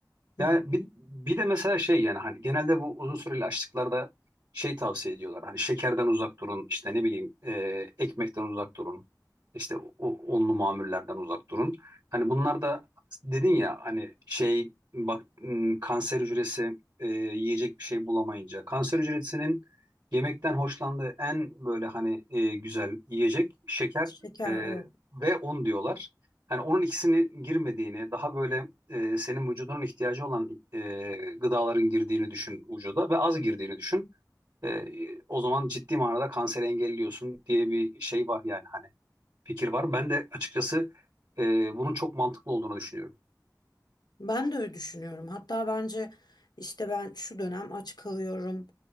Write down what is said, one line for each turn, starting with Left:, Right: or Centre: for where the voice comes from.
Left: Hı
Right: Yani
Left: hı.
Right: bir, bir de mesela şey yani hani genelde bu uzun süreli açlıklarda şey tavsiye ediyorlar. Hani şekerden uzak durun, işte ne bileyim e, ekmekten uzak durun, işte o, onlu mamullerden uzak durun. Hani bunlar da dedin ya hani şey bak m, kanser hücresi e, yiyecek bir şey bulamayınca kanser hücresinin yemekten hoşlandığı en böyle hani e, güzel yiyecek şeker
Left: Şeker,
Right: e,
Left: evet.
Right: ve un diyorlar. Yani onun ikisini girmediğini, daha böyle e, senin vücudunun ihtiyacı olan e, gıdaların girdiğini düşün vücuda ve az girdiğini düşün. E, o zaman ciddi manada kanseri engelliyorsun diye bir şey var yani hani fikir var. Ben de açıkçası e, bunun çok mantıklı olduğunu düşünüyorum.
Left: Ben de öyle düşünüyorum. Hatta bence işte ben şu dönem aç kalıyorum,